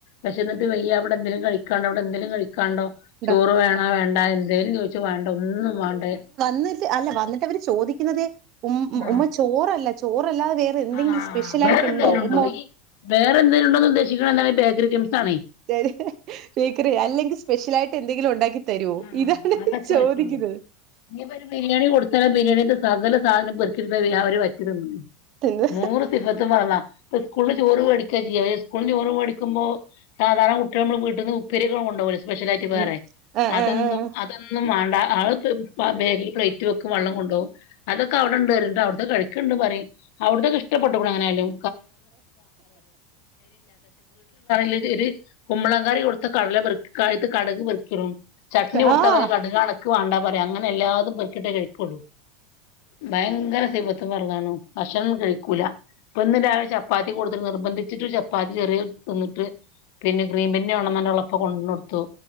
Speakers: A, on the left; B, on the right.
A: വിശന്നിട്ട് വയ്യ ഇവിടെന്തേലും കഴിക് <unintelligible> ഇവ്ടെന്തേലും കഴിക്കാനുണ്ടോ
B: എന്താ
A: ചോറ് വേണാ വേണ്ടാ എന്തേലും ചോദിച്ച വേണ്ട ഒന്നും വാണ്ടേ
B: എന്നെച്ചാൽ അല്ല വന്നിട്ട് അവര് ചോദിക്കുന്നതേ
A: ആഹ്
B: ഉമ്മ ചോറല്ലേ ചോറ് ചോറല്ലാതെ വേറെ എന്തെങ്കിലും
A: ആഹ്
B: സ്പെഷ്യലായിട്ടുണ്ടോ
A: വേറെ എന്തേലും ഉണ്ടോ
B: ഉമ്മാ
A: ഈ വേറെ എന്തേലും ഉണ്ടോന്ന് ഉദ്ദേശിക്കണ എന്താണ് ബേക്കറി ഐറ്റംസ് ആണേ
B: <unintelligible> അല്ലെങ്കിൽ സ്പെഷ്യൽ ആയിട്ട് എന്തെങ്കിലും ഉണ്ടാക്കി തരുവോ
A: ആ
B: ഇതാണ്
A: അതൊക്കെ
B: ചോദിക്കുന്നത്
A: പറ്റുള്ളൂ നീ പ്പൊ ഒരു ബിരിയാണി കൊടുത്താല ആ ബിരിയാണി സകല സാധനും പെറുക്കിട്ത്ത് ആ ഒരു വറ്റു തിന്നുന്നത്
B: എന്ത്
A: നൂറ് സിഫത്തും ഫറ്ളാ പ്പൊ സ്കൂളിന്ന് ചോറ് മേടിക്കാൻ സ്കൂളിന്ന് ചോറ് മേടിക്കുമ്പോ സാധാരണ കുട്ട്യേളമ്മള് വീട്ടന്ന് ഉപ്പേരിക്കൊ കൊണ്ടവല്ലോ സ്പെഷ്യൽ ആയിട്ട് വേറെ
B: ഉം ആഹ്
A: അതന്നും
B: ആഹ് ആഹ്
A: അതൊന്നും വാണ്ട ആള് ബേകില് പ്ലേറ്റ് വെക്കും വെള്ളം കൊണ്ടവും അതൊക്കെ അവിടെണ്ട് പറയും അവിടത്തെ കഴിക്ക്ണ്ട് പറയും അവിട്‌ത്തൊക്കെ ഇഷ്ടപ്പെട്ടുക്കുണ് എങ്ങനെയാലും <unintelligible> കുമ്പളങ്ങ കറി കൊടുത്ത കടല അതിത്തെ കടുക് പെറുക്കിടും ചട്നി
B: ആഹ്
A: കൊടുത്തപറയും കടുക് ആണ് ഇക്ക് വേണ്ടാ പറയും അങ്ങനെ എല്ലാതും പെറുക്കിട്ടേ കഴിക്കുള്ളൂ ഭയങ്കര സിഫത്ത് ഫർളാണ് ഭക്ഷണം കഴിക്കൂല ഇപ്പൊ ഇന്ന് രാവിലെ ചപ്പാത്തി കൊട്ത്ത്ട്ട് നിർബന്ധിച്ചിട്ട് ചപ്പാത്തി ചെറിയ ഒരു തിന്നിട്ട് പിന്നെ ക്രീം ബന്ന് വേണന്ന് പറഞ്ഞ് അവള ഉപ്പ കൊട്‌ന്നൊടുത്തു